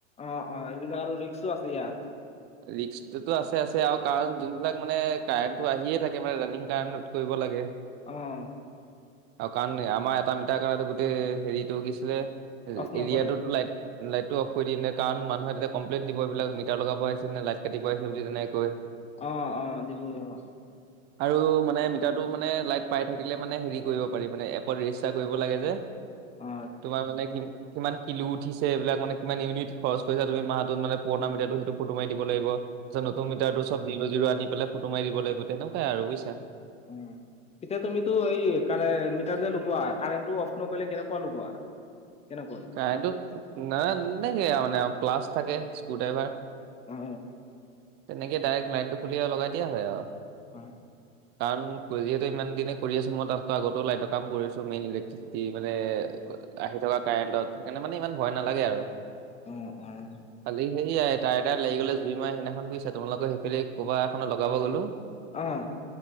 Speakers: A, on the left; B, on the right.
A: অ' - অ' এইবিলাক আৰু ৰিক্সো আছে ইয়াত।
B: ৰিক্সটোতো আছে - আছে আৰু কাৰণ যো এইবিলাক মানে কাৰেণ্টটো আহিয়ে থাকে, মানে ৰানিং কাৰেণ্টত কৰিব লাগে।
A: অ'।
B: অকাৰণে আমাৰ এটা মিটাৰ কাৰণেতো গোটেই হেৰিটো কি আছিলে, এ-
A: অফ নকৰে
B: এৰিয়াটোতো লাইট লাইটটো অফ কৰি দিয়ে নে, কাৰণ মানুহে তেতিয়া কমপ্লেইন দিব এইবিলাক মিটাৰ লগাব আহিছে নে লাইট কাটিব আহিছে বুলি তেনেকে কয়।
A: অ' - অ' দিবই অ'।
B: আৰু মানে মিটাৰটো মানে লাইট পাই থাকিলে মানে হেৰি কৰিব পাৰি, মানে এপত ৰেজিষ্টাৰ কৰিব লাগে যে।
A: অ অ
B: তোমাৰ মানে কি- কিমান কিলো উঠিছে, এইবিলাক মানে কিমান ইউনিট খৰচ কৰিছা তুমি মাহটোত, মানে পুৰণা মিডিয়াটো সেইটো ফটো মাৰি দিব লাগিব। নতুন মিটাৰটো চব জিৰ জিৰো আনি পেলাই ফটো মাৰি দিব লাগিব তেনেকুৱাই আৰু বুজিছা।
A: উম এতিয়া তুমিতটো এই মিটাৰ যে লগোৱা কাৰেণ্টো অফ নকৰিলে কেনেকুৱা লগোৱা। কেনেকৈ
B: কাৰেণ্টো না তেনেকেই আৰু মানে প্লাছ থাকে স্ক্ৰু ড্ৰাইভাৰ-
A: অ
B: তেনেকে ডাইৰেক্ট লাইনটো খুলি আৰু লগাই দিয়া হয় আৰু-
A: হয়
B: কাৰণ যিহেতু ইমান দিনে কৰি আছো মই তাতকো আগতেও লাইটৰ কাম কৰি আছো মেইনলি মানে আহি থকা কাৰেন্টত সেইকাৰণে মানে ইমান ভয় নালাগে আও।
A: উম উম
B: কালি সেয়াই তাই এটাত লাগি গ'লে জুই মাই সেইদিনাখন বুজিছা। তোমালোকৰ সেইফালে ক'বা এখনত লগাব গ'লো।
A: অঁ।